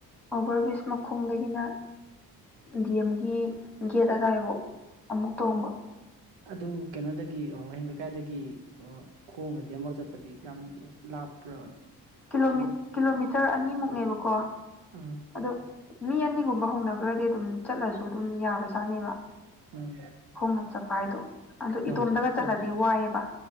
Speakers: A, in the centre; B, on the right (about 60°).
A: ꯑꯣꯕꯔ ꯕ꯭ꯔꯤꯖ ꯃꯈꯣꯡꯗꯒꯤꯅ ꯗꯤ ꯑꯦꯝꯒꯤ ꯒꯦꯠ ꯑꯗꯨꯗꯥꯋꯥꯏꯐꯥꯎ ꯑꯃꯨꯛ ꯇꯣꯡꯕ
B: ꯑꯗꯨ ꯀꯩꯅꯣꯗꯒꯤ ꯑꯣ ꯋꯥꯍꯦꯡ ꯂꯩꯀꯥꯏꯗꯒꯤ ꯑꯣ ꯈꯣꯡꯅꯗꯤ ꯑꯃꯨꯛ ꯆꯠꯄꯗꯤ ꯌꯥꯝ ꯂꯥꯞꯄ꯭ꯔ
A: ꯀꯤꯂꯣꯃꯤ ꯀꯤꯂꯣꯃꯤꯇꯔ ꯑꯅꯤꯃꯨꯛꯅꯦꯕꯀꯣ
B: ꯎꯝ
A: ꯑꯗꯣ ꯃꯤ ꯑꯅꯤꯒꯨꯝꯕ ꯍꯧꯅꯈ꯭ꯔꯗꯤ ꯑꯗꯨꯝ ꯆꯠꯂꯁꯨ ꯑꯗꯨꯝ ꯌꯥꯕꯖꯥꯠꯅꯦꯕ
B: ꯎꯝ
A: ꯈꯣꯡꯅ ꯆꯠꯄ ꯍꯥꯏꯗꯣ ꯑꯗꯨꯣ
B: ꯍꯣꯏ
A: ꯏꯇꯣꯝꯇꯒ ꯆꯠꯂꯗꯤ ꯋꯥꯏꯑꯦꯕ